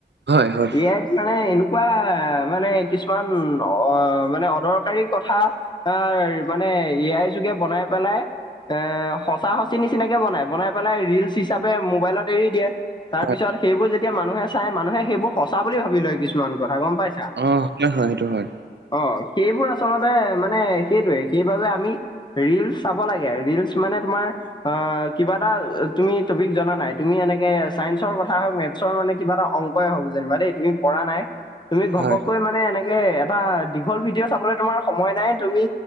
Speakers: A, on the right (about 80°); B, on the left (about 25°).
A: হয় হয়
B: এ আইত মানে এনেকুৱা আ মানে কিছুমান অ মানে অদৰ কাৰী কথা তাৰ মানে এয়াই যে বনাই পেলাই, এ সঁচা - সচি নিচিনাকে বনাই, বনাই পেলাই ৰিলচ হিচাপে মোবাইলত এৰি দিয়ে। তাৰপিছত
A: হয়
B: সেইবোৰ যেতিয়া মানুহে চাই, মানুহে সেইবোৰ সঁচা বুলি ভাবি লয় কিছুমান কথা গম পাই
A: অ সেইটো হয় সেইটো হয়।
B: অ সেইবোৰ আচলতে মানে সেইটোৱে, সেইবাবে আমি ৰিলচ চাব লাগে, ৰিলচ মানে তোমাৰ আ কিবা এটা তুমি টপিক জনা নাই? তুমি এনেকে চাইন্সৰ কথা হওক, মেথছৰ মানে কিবা এটা অংকই হওক, যেনিবা দেই তুমি পঢ়া নাই। তুমি ঘপককৈ
A: হয় হয়
B: মানে এনেকে এটা দীঘল ভিডিঅ চা মানে তোমাৰ সময় নাই, তুমি